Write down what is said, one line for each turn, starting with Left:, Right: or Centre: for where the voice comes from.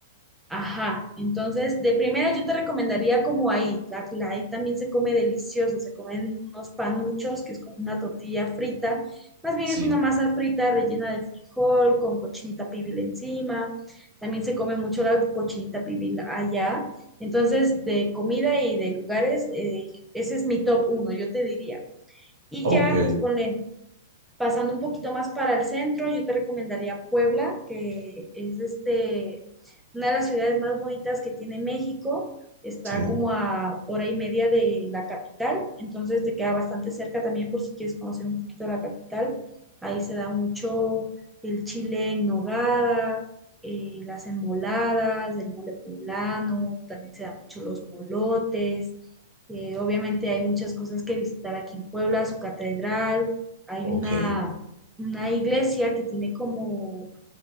Centre: Ajá, entonces de primera yo te recomendaría como ahí, la, la ahí también se come delicioso, se comen unos panuchos, que es como una tortilla frita, más bien
Right: Sí,
Centre: es una masa frita rellena de frijol con cochinita pibil encima, también se come mucho la cochinita pibil allá, entonces de comida y de lugares, eh, ese es mi top uno, yo te diría. Y
Right: ok,
Centre: ya, pues ponle Pasando un poquito más para el centro, yo te recomendaría Puebla, que es este, una de las ciudades más bonitas que tiene México. Está
Right: sí,
Centre: como a hora y media de la capital, entonces te queda bastante cerca también por si quieres conocer un poquito la capital. Ahí se da mucho el chile en nogada, eh, las enmoladas, el mole poblano, también se dan mucho los molotes. Eh, obviamente hay muchas cosas que visitar aquí en Puebla, su catedral, hay
Right: ok,
Centre: una, una iglesia que tiene como